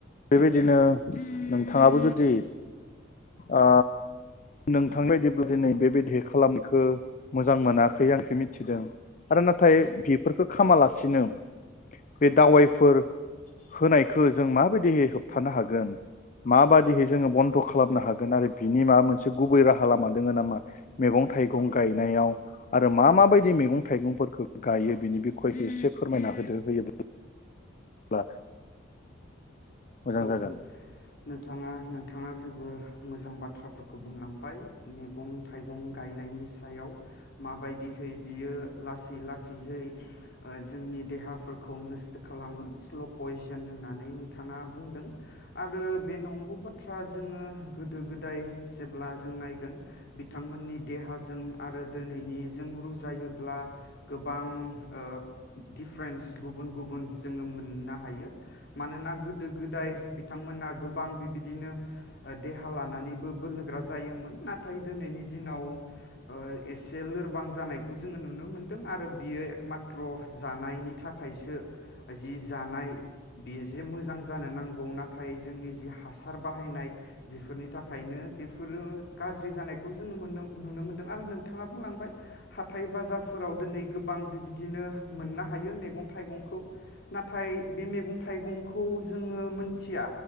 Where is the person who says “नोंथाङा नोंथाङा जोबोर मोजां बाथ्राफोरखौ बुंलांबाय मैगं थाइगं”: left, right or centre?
Left